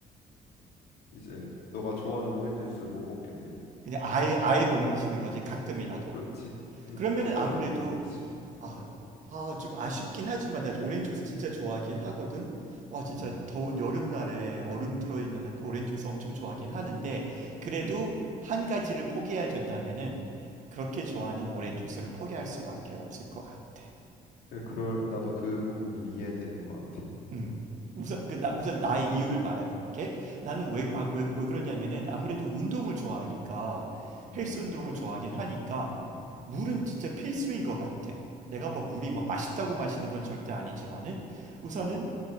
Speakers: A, on the left; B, on the right.
A: 이제 너가 좋아하는 오렌지 주스를 못 먹게 돼.
B: 근데 아예 아예 못 마시는 거지 가끔이라도.
A: 그렇지. 응,
B: 그러면은
A: 절대
B: 아무래도
A: 못 먹는 거지.
B: 아, 아, 좀 아쉽긴 하지만 나 오렌지 주스 진짜 좋아하긴 하거든. 아, 진짜
A: 응,
B: 더운 여름날에 얼음 들어있는 오렌지 주스 엄청 좋아하긴 하는데 그래도
A: 응, 응.
B: 한 가지를 포기해야 된다면은 그렇게 좋아하는 오렌지 주스를 포기할 수밖에 없을 것 같아.
A: 그래, 그럴 나도 그 부분 좀 이해되는 것 같아.
B: 음. 우선, 그 나, 우선 나의 이유를 말해볼게. 나는 왜,
A: 응,
B: 아, 왜, 왜 그러냐면은 아무래도 운동을 좋아하니까
A: 응,
B: 헬스 운동을 좋아하긴 하니까 물은 진짜 필수인 것 같아. 내가 뭐 물이 뭐 맛있다고 마시는 건 절대 아니지만은 우선은
A: 응,